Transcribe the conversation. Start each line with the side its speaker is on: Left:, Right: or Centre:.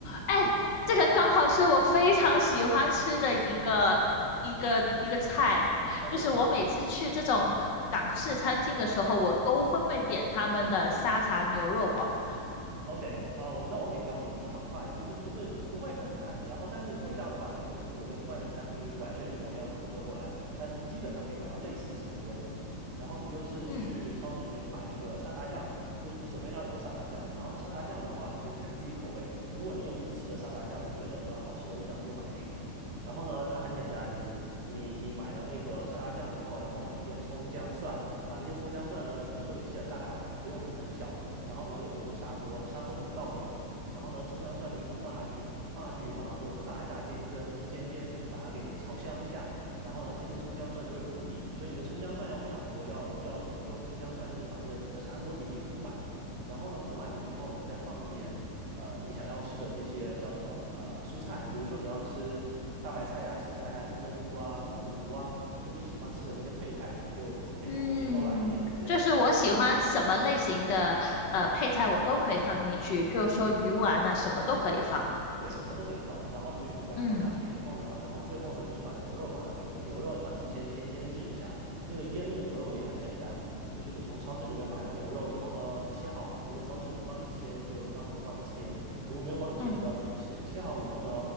Left: 哎，
Right: 啊。
Left: 这个刚好是我非常喜欢吃的一个一个一个菜，
Right: 哦，真的吗？
Left: 就是我每次去这种港式餐厅的时候，
Right: 嗯
Left: 我都会点他们的沙茶牛肉煲。
Right: ，OK，哦，我那我可以教你，这个很快，其实不会不会很难。然后，但是味道的话，肯定你不能跟外面餐厅完全一模一样复刻过来，但是基本上可以达到类似是没有问题的。然后你就是去超市里面去买那个沙茶酱，
Left: 嗯
Right: 就是你首先要有个沙茶酱，然后呢，沙茶酱的话，你就看你自己口味。如果你有一直吃的沙茶酱，你觉得那比较好吃的味道，你就买那个。然后呢，它很简单，你你你买了那个沙茶酱以后，然后买一点葱姜蒜。把那些葱姜蒜呢全部都给切得大大的，不用很小。然后你要有有个砂锅，砂锅里面倒油，然后呢葱姜蒜就全部放下去，放下去以后，然后就炸一炸，煎一煎，煎煎就是把它给炒香一下。然后呢，这些葱姜蒜就会铺底，所以你的葱姜蒜要非常多，要要等于说葱姜蒜就是把那个整个砂锅底给铺满。然后呢，铺满了以后，你再放点呃你想要吃的这些叫什么呃蔬菜，比如说你要吃大白菜呀、青菜呀、金针菇啊、腐竹啊，就你喜欢吃的这些配菜，你就每种东西都来一点，
Left: 嗯，
Right: 直接给它放下去。
Left: 就是我喜欢什么类型的呃配菜，我都可以放进去，譬如说鱼丸啊，什么都可以放。
Right: 对，什么都可以放，然后你就全部给它放下去以后呢，
Left: 嗯
Right: 然后最后呢就是把牛肉放下去，那个牛肉你要提前先腌制一下，那个腌那个牛肉也很简单，就是你从超市里面买了牛肉以后呢，切好嘛，如果超市能帮你切，就让他们帮你切，如果没有帮你切，
Left: 嗯，
Right: 你就要自己切。切好以后呢，